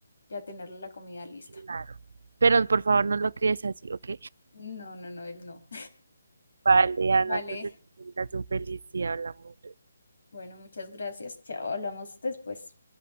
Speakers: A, on the left; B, on the right.
A: ya tener la comida lista.
B: Claro. Pero por favor no lo críes así, ¿ok?
A: No, no, no, él no.
B: Vale, Ana,
A: <laughs> Vale,
B: entonces, que tengas un feliz día. Hablamos.
A: bueno, muchas gracias. Chao, hablamos después.